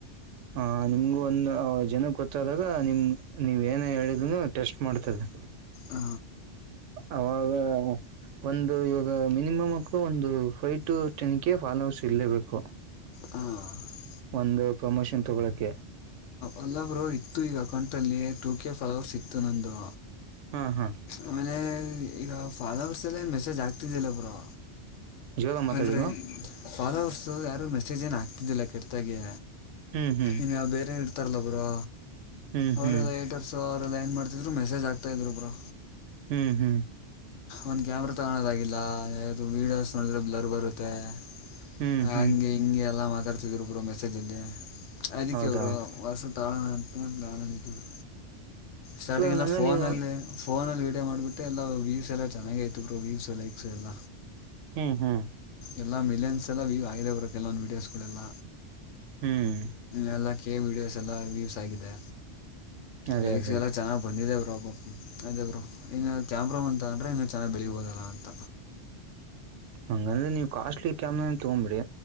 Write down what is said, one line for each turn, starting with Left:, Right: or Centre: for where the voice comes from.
Right: ಹ ನಿಮ್ಗು ಒಂದು ಜನಕ್ ಗೊತ್ತಾದಾಗ ನಿಮ್ ನೀವ್ ಏನೇ ಹೇಳಿದ್ರುನೂ ಟೆಸ್ಟ್ ಮಾಡ್ತದೆ. ಹ
Left: ಹ
Right: ಅವಾಗ ಒಂದು ಇವಾಗ ಮಿನಿಮಮ್ಕ್ ಒಂದು ಫೈವ್ ಟು ಟೆನ್ಕೆ ಫಾಲೋವರ್ಸ್ ಇರ್ಲೇಬೇಕು.
Left: ಹಾಂ
Right: ಒಂದು ಪ್ರಮೋಷನ್ ತೊಗೊಳಕ್ಕೆೆ.
Left: ಅಲ್ಲ ಗುರು ಇತ್ತು ಈಗ ಅಕೌಂಟಲ್ಲಿ ಟೂ ಕೆ ಫಾಲೋವರ್ಸ್ ಇತ್ತು ನಂದು.
Right: ಹಾ ಹಾ
Left: ಆಮೇಲೆ ಈಗ ಫಾಲವರ್ಸಲ್ಲೇನ್ ಮೆಸೇಜ್ ಆಗ್ತಿದ್ದಿಲ್ಲ ಬ್ರೊ.
Right: ಜೋರ ಮಾತಾಡಿದ್ರು
Left: ಅಂದರೆೆ ಫಾಲೋವರ್ಸು ಯಾರೂ ಮೆಸೇಜೇನ್ ಹಾಕ್ತಿದ್ದಿಲ್ಲ ಕೆಟ್ಟದಾಗೆ.
Right: ಹ್ಮ್ ಹ್ಮ್
Left: ಇನ್ನ ಬೇರೆ ಇಡ್ತಾರಲ್ಲ ಬ್ರೊ
Right: ಹ್ಮ್
Left: ಅವರ್ಗೆ
Right: ಹ್ಮ್
Left: ದಸ್ಸಾರ್ರ ಏನ್ ಮಾಡ್ತಿದ್ರು ಮೆಸೇಜ್ ಆಗ್ತಾ ಇದ್ರು ಬ್ರೋ
Right: ಹ್ಮ್ ಹ್ಮ್
Left: ಒಂದು ಕ್ಯಾಮ್ರಾ ತೊಗೊಳೋದಾಗಿಲ್ಲ ಯಾವುದು ವೀಡಿಯೋಸ್ ನೋಡಿದ್ರರೆ ಬ್ಲರ್ ಬರುತ್ತೆ.
Right: ಹ್ಮ್
Left: ಹಂಗೆ
Right: ಹ್ಮ್
Left: ಹಿಂಗೆ ಎಲ್ಲಾ ಮಾತಾಡ್ತಿದ್ರು ಬ್ರೋ ಮೆಸೇಜಲ್ಲಿ ಅದಕ್ಕೆ
Right: ಹೌದಾ
Left: ಅವರು ಹೊಸ್ದು ತಾಮಗೊಳೋಣ ಅಂತ ನಾನು ನಿಂತಿದ್ರು, ಸ್ಟಾರ್ಟಿಂಗಿಂದ
Right: ಇವಾಗಂದ್ರೆ
Left: ಫೋನಲ್ಲಿ
Right: ನೀವು
Left: ಫೋನಲ್ಲಿ ವೀಡಿಯೋ ಮಾಡಿಬಿಟ್ಟೆ ಎಲ್ಲ ವೀವ್ಸ್ ಎಲ್ಲ ಚೆನ್ನಾಗೆ ಇತ್ತು ಬ್ರೋ ವೀವ್ಸು ಲೈಕ್ಸು ಎಲ್ಲ.
Right: ಹ್ಮ್ ಹ್ಮ್
Left: ಎಲ್ಲ ಮಿಲಿಯನ್ಸ್ ಎಲ್ಲ ವ್ಯೂ್ ಆಗಿದೆ ಬ್ರೋ ಕೆಲವೊಂದು ವೀಡಿಯೋಸ್ಗಳೆಲ್ಲ.
Right: ಹ್ಮ್
Left: ಎಲ್ಲ ಕೆ ವಿಡಿಯೋಸ್ ಎಲ್ಲಾ ವ್ಯೂಸ್ ಆಗಿದೆ.
Right: ಅದೇ
Left: ಲೈಕ್ಸ್
Right: ಅದೇ
Left: ಎಲ್ಲ ಚೆನ್ನಾಗ್ ಬಂದಿದೆ ಬ್ರೊ. ಅದೆ ಬ್ರೊ ಇನ್ನ ಕ್ಯಾಮ್ರಾ ಒಂದ್ ತಗಂಡ್ರೆ ಇನ್ನೂ ಚೆನ್ನಾಗಿ ಬೆಳಿಬೋದಲ್ಲ ಅಂತ.
Right: ಹಂಗಂದ್ರೆ ನೀವು ಕಾಸ್ಟ್ಲಿ ಕ್ಯಾಮ್ರನೇ ತಗೊಂಡ್ಬಿಡಿ.